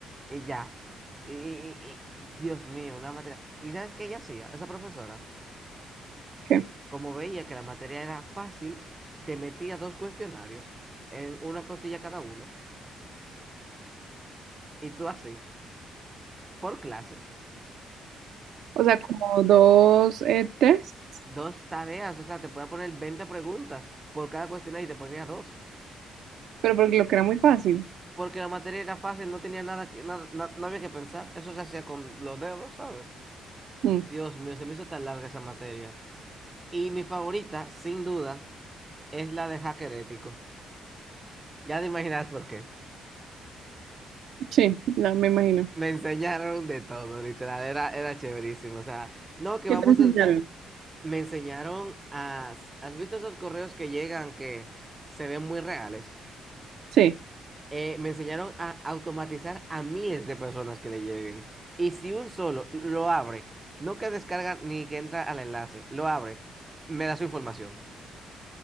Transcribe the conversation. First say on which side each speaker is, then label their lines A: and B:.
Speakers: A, on the right; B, on the right.
A: Y ya. Y, y- y- Dios mío, una materia. ¿Y sabes qué ella hacía? Esa profesora,
B: ¿qué?
A: como veía que la materia era fácil, te metía dos cuestionarios en una costilla cada uno, y tú así, por clase.
B: O sea, como dos eh, tests,
A: Dos tareas, o sea, te podía poner 20 preguntas por cada cuestionario y te ponía dos.
B: pero porque lo que era muy fácil.
A: Porque la materia era fácil, no tenía nada que, nada, na- no había que pensar. Eso se hacía con los dedos, ¿sabes?
B: Mm,
A: Dios mío, se me hizo tan larga esa materia. Y mi favorita, sin duda, es la de hacker ético. Ya te imaginas por qué.
B: sí, ya me imagino.
A: Me enseñaron de todo, literal, era, era chéverísimo. O sea, no, que
B: ¿Qué
A: vamos
B: te enseñaron?
A: a estar. Me enseñaron a. ¿Has visto esos correos que llegan que se ven muy reales?
B: Sí,
A: eh, me enseñaron a automatizar a miles de personas que le lleguen. Y si un solo lo abre, no que descarga ni que entra al enlace, lo abre, me da su información.